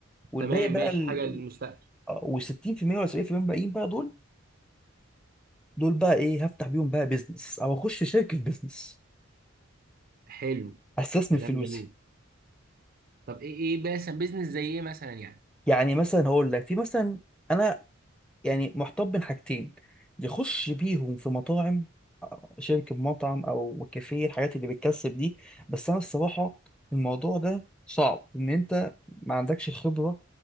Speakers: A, in the centre; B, on the right.
A: والباقي
B: تمام
A: بقى
B: ماشي
A: ال...
B: حاجه للمستقبل
A: و60% ولا 70% باقيين بقى دول دول بقى ايه هفتح بيهم بقى بيزنس او اخش شركه بيزنس
B: حلو
A: استثمر
B: كلام
A: فلوسي
B: جميل طب ايه ايه مثلا بيزنس زي ايه مثلا يعني
A: يعني مثلا هقول لك في مثلا انا يعني محتار بين حاجتين يخش بيهم في مطاعم آه، شركه مطعم او كافيه الحاجات اللي بتكسب دي بس انا الصراحه الموضوع ده صعب ان انت ما عندكش خبره